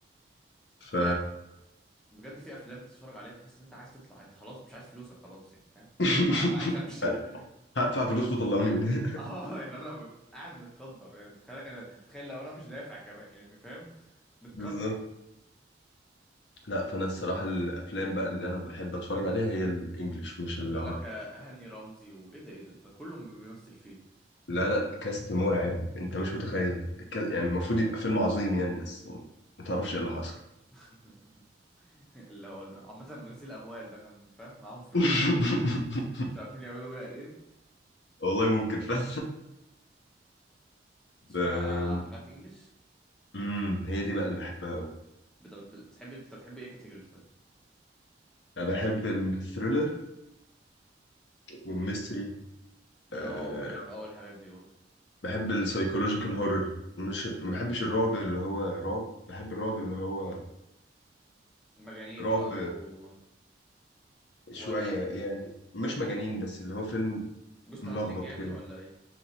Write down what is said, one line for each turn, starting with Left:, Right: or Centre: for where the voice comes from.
Left: ف
Centre: هو لا بجد في افلام تتفرج عليها تحس ان انت عايز تطلع انت خلاص مش عايز فلوسك خلاص يعني فاهم
Left: <laughs>
Centre: انا عايز امشي <laughs>
Left: هدفع فلوس وطلعوني من هنا
Centre: اه يعني انا ببقى قاعد متقدر يعني تخيل انا تخيل لو انا مش دافع كمان يعني فاهم متقدر
Left: <laughs> بالظبط لا فانا الصراحه الافلام بقى اللي انا بحب اتفرج عليها هي الانجليش مش
Centre: ده
Left: العربي
Centre: بيقول لك آه، هاني رمزي وايه ده ايه ده ده كله بيمثل فيه
Left: لا لا كاست مرعب انت مش متخيل ك... يعني المفروض يبقى فيلم عظيم يعني بس ما تعرفش ايه اللي حصل
Centre: <laughs> اللي هو عامة غسيل اموال ده كان فاهم معاهم فلوس
Left: <laughs>
Centre: ومش عارفين يعملوا بيها ايه
Left: والله ممكن فعلا <laughs>
Centre: بتتفرج
Left: ب...
Centre: على حاجات انجلش
Left: مم، هي دي بقى اللي بحبها قوي
Centre: بت- بتحب انت بتحب ايه كاتيجوريز طيب
Left: انا بحب الثريلر والميستري
Centre: انا
Left: أه
Centre: اه بحب اول الحاجات دي برضه
Left: بحب السايكولوجيكال هورر مش ما بحبش الرعب اللي هو رعب بحب الرعب اللي هو
Centre: مجانين
Left: رعب
Centre: بقى و...
Left: شوية
Centre: ولا
Left: يعني مش مجانين بس اللي هو فيلم
Centre: جوست
Left: ملخبط
Centre: هانتنج يعني
Left: كده
Centre: ولا ايه